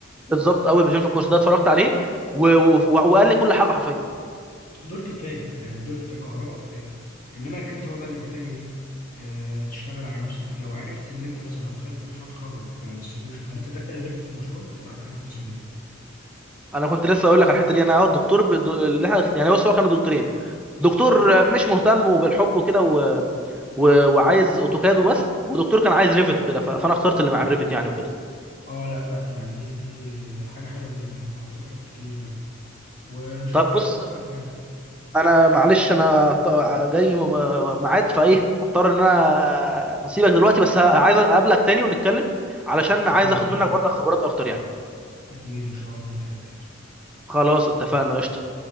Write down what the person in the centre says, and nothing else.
بالظبط قوي فيجن في الكورس ده اتفرجت عليه و... و... وقال لي كل حاجه حرفيا
انا كنت لسه اقول لك على الحته دي انا اه الدكتور ب... دو- اللي احنا يعني بص هو كانوا دكتورين دكتور مش مهتم وبالحب وكده و... و... وعايز اوتوكاد وبس ودكتور كان عايز ريفت وكده ف... فانا اخترت اللي مع الريفت يعني وكده
طب
بص
انا معلش انا ط- جاي م... م- ميعاد فايه هضطر ان انا اسيبك دلوقتي بس ه- عايز اقابلك تاني ونتكلم علشان عايز
اخد منك برضه خبرات اكتر يعني
خلاص اتفقنا قشطه